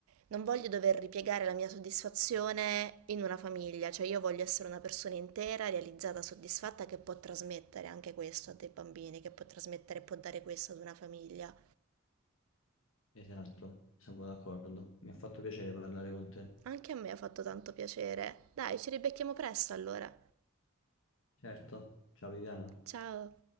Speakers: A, on the right; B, on the left.
A: Non voglio dover ripiegare la mia soddisfazione in una famiglia. Cioè, io voglio essere una persona intera, realizzata, soddisfatta, che può trasmettere anche questo a dei bambini, che può trasmettere e può dare questo ad una famiglia.
B: Esatto, siamo d'accordo. Mi ha fatto piacere parlare con te.
A: Anche a me ha fatto tanto piacere. Dai, ci ribecchiamo presto allora.
B: Certo. Ciao Viviana.
A: Ciao.